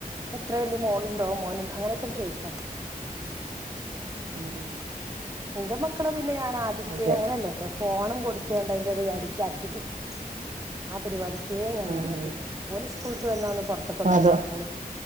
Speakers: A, on the right; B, on the right.
A: എത്ര വല്യ മോളുണ്ടോ മോനു അങ്ങനെയൊക്കൺ ചോയിക്കും
B: ഉം ഉം
A: ഇന്റെ മക്കളെ പിന്നെ ഞാനാദിക്കേ
B: അതെ
A: അങ്ങനല്ലട്ടൊ ഫോണും കൊടുക്ക ഇന്നട്ടയിന്റെടീല് അഡിറ്റാക്കീട്ടില്ല ആഹ് പരിപാടിക്കേ ഞാൻ
B: ഉം
A: നിന്നിട്ടില്ല
B: ഉം
A: ഓല് സ്കൂൾട്ട് വന്നാ ഒന്ന് പൊറ്ത്ത്ക്കൊന്ന്
B: അതോ
A: എറങ്ങിക്കോളും